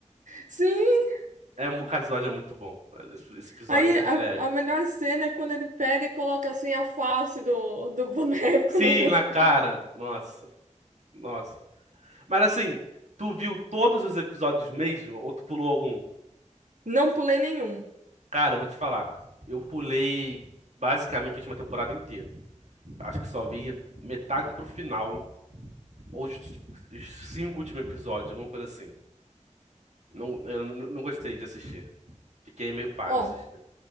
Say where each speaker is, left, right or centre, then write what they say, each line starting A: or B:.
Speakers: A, on the right (about 75°); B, on the right (about 65°).
A: Sim!
B: É, mu- cara, esse episódio é muito bom. Esse, esse episódio
A: Aí
B: é,
A: a,
B: é épico.
A: a melhor cena é quando ele pega e coloca assim a face do, do boneco
B: Sim,
A: no rosto.
B: na cara. Nossa, nossa. Mas assim, tu viu todos os episódios mesmo? Ou tu pulou algum?
A: Não pulei nenhum.
B: Cara, eu vou te falar. Eu pulei basicamente a última temporada inteira. Acho que só vi metade pro final. ou os, os cinco últimos episódios, alguma coisa assim. Não, eu não, não gostei de assistir. Fiquei meio pá
A: Ó,
B: de assistir.